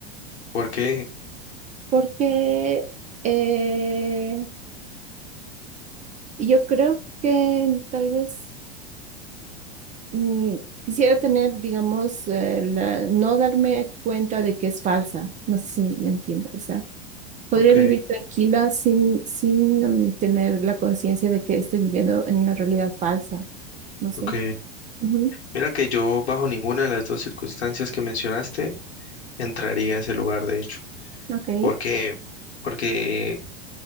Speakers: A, on the left (about 75°); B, on the right (about 25°).
A: Porque,
B: Porque eh, Y Yo creo que tal vez mm, quisiera tener, digamos, eh, la- no darme cuenta de que es falsa. No sé si me entiendo. O sea, podría
A: ok,
B: vivir tranquila sin, sin mm, tener la conciencia de que estoy viviendo en una realidad falsa. No sé.
A: ok.
B: Ujú.
A: Mira que yo bajo ninguna de las dos circunstancias que mencionaste entraría a ese lugar, de hecho.
B: Ok.
A: Porque, porque,